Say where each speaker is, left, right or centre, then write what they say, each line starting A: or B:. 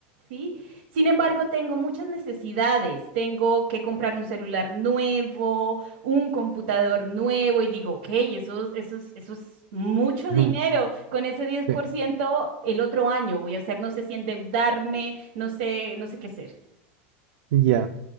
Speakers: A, on the right; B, on the right.
A: ¿sí? Sin embargo, tengo muchas necesidades. Tengo que comprar un celular nuevo, un computador nuevo y digo, ok, eso, eso, es- eso es mucho
B: Ujú,
A: dinero. Con ese diez por
B: bien,
A: ciento, el otro año voy a hacer, no sé si endeudarme, no sé, no sé qué hacer.
B: Ya.